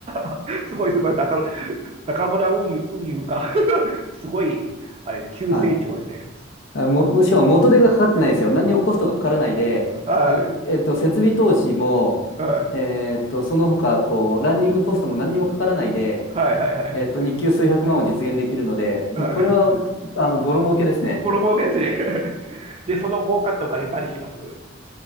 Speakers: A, on the right; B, on the left.
A: <laughs> すごいすごい。中村、中村運輸、運輸か。<laughs> すごい、あれ、急成長ですね。
B: はいあも、もしかも元手がかかってないんですよ。何にもコストがかからないで、
A: は
B: まあ、うえっと、設備投資も、
A: い。はい。
B: えっと、その他、こう、ランニングコストも何にもかからないで、
A: はいはいはい。
B: えっと、日給数百万を実現できるので、もうこれは、
A: はい。
B: あの、ボロ儲けですね。
A: ボロ儲けですね。<laughs> で、その儲かったお金何します